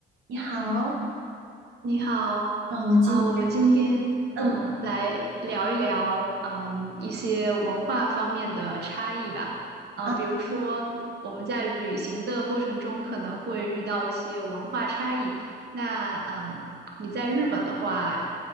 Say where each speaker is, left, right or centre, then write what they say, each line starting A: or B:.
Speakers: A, on the right; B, on the right.
A: 你好，
B: 你好，
A: 嗯，我今天
B: 啊，我们今天呃来聊一聊嗯、
A: 嗯
B: 一些文化方面的差异吧，啊、
A: 啊
B: 比如说我们在旅行的过程中可能会遇到一些文化差异。那嗯、呃你在日本的话，